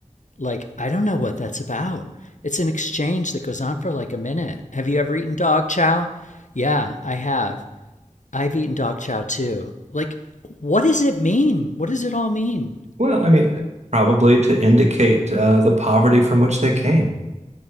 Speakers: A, on the left; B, on the right.
A: like, I don't know what that's about. It's an exchange that goes on for like a minute. Have you ever eaten dog chow? Yeah, I have. I've eaten dog chow too. Like, what does it mean? What does it all mean?
B: Well, I mean, probably to indicate uh, the poverty from which they came.